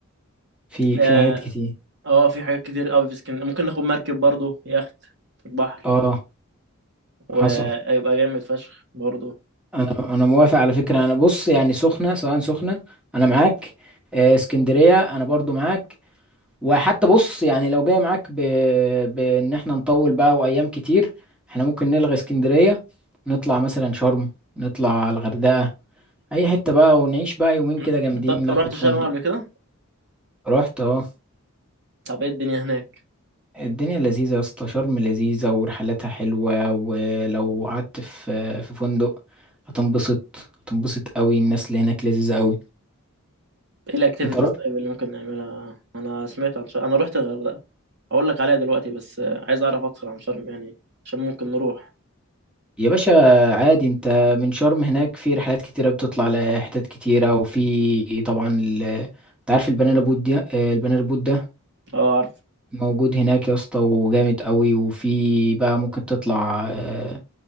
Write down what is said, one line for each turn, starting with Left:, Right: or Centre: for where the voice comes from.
Centre: في
Right: اه
Centre: في حاجات كتير
Right: آه، في حاجات كتير قوي في اسكندريه ممكن ناخد مركب برضو يخت في البحر
Centre: اه
Right: ويبقى
Centre: حصل
Right: جامد فشخ برضو
Centre: انا انا موافق على فكره انا بص يعني سخنه سواء سخنه انا معاك آه، اسكندريه انا برضو معاك وحتى بص يعني لو جاي معاك ب... بان احنا نطول بقى وايام كتير احنا ممكن نلغي اسكندريه نطلع مثلا شرم نطلع الغردقه اي حته بقى ونعيش بقى يومين
Right: إن-
Centre: كده جامدين
Right: انت
Centre: ناخد
Right: رحت شرم
Centre: فندق
Right: قبل كده
Centre: رحت اه
Right: طب ايه الدنيا هناك
Centre: الدنيا لذيذه يا اسطى شرم لذيذه ورحلاتها حلوه ولو قعدت في في فندق هتنبسط هتنبسط قوي الناس اللي هناك لذيذه قوي
Right: ايه الاكتيفيتيز
Centre: انت
Right: طيب اللي ممكن نعملها انا سمعت عن شرم انا رحت الغردقه هقول لك عليها دلوقتي بس آه، عايز اعرف اكتر عن شرم يعني عشان ممكن نروح
Centre: يا باشا عادي انت من شرم هناك في رحلات كتيرة بتطلع لحتت كتيرة وفي طبعا ال... انت عارف البنانا بوت دي آه، البنانا بوت ده
Right: اه عارف
Centre: موجود هناك يا اسطى وجامد قوي وفي بقى ممكن تطلع آه،